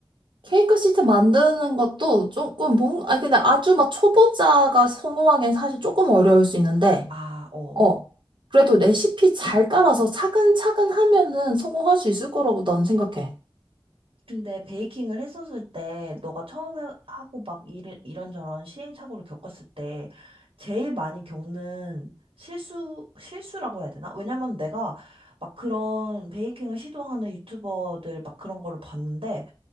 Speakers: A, on the right (about 60°); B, on the right (about 80°).
A: 케이크 시트 만드는 것도 조금 뭔, 아, 근데 아주 막 초보자가 성공하기엔 사실 조금 어려울 수 있는데,
B: 아, 어.
A: 어, 그래도 레시피 잘 따라서 차근차근 하면은 성공할 수 있을 거라고 나는 생각해.
B: 근데 베이킹을 했었을 때 너가 처음 해- 하고 막 일, 이런저런 시행착오를 겪었을 때 제일 많이 겪는 실수, 실수라고 해야 되나? 왜냐면 내가 막 그런 베이킹을 시도하는 유튜버들 막 그런 거를 봤는데